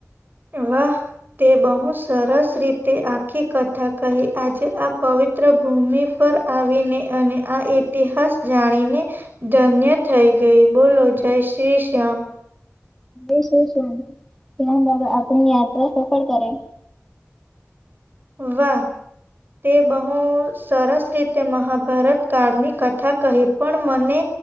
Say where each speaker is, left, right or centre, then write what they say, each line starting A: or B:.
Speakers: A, on the right; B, in the centre.
A: વા તે બહુ સરસ રીતે આખી કથા કહી આજે આ પવિત્ર ભૂમિ પર આવીને અને આ ઇતિહાસ જાણીને ધન્ય થઈ ગઈ બોલો જય શ્રી શ્યામ.
B: એ શું શ્યાન આપણી યાત્રા સફળ કરે.
A: વાહ. તે બહુ સરસ રીતે મહાભારત કાળની કથા કહી પણ મને